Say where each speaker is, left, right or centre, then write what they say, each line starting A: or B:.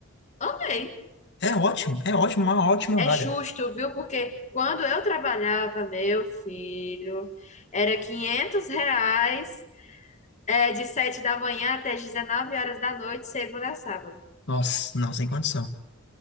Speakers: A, on the left (about 35°); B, on the left (about 55°).
A: Amei.
B: É ótimo, é ótimo, uma ótima
A: É
B: vaga.
A: justo, viu? Porque quando eu trabalhava, meu filho, era 500 reais, é, de 7 da manhã até as 19 horas da noite, segunda a sábado.
B: Nossa, não, sem condição.